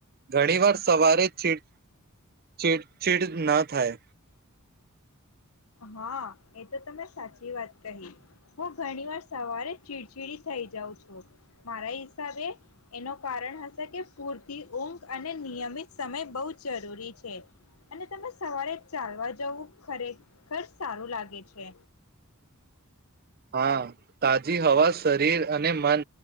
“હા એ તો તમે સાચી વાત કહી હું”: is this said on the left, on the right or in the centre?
Left